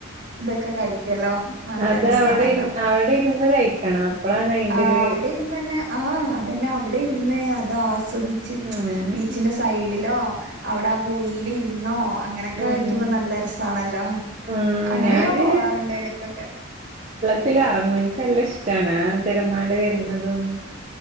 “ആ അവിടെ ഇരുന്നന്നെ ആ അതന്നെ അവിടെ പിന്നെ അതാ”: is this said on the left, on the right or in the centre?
Right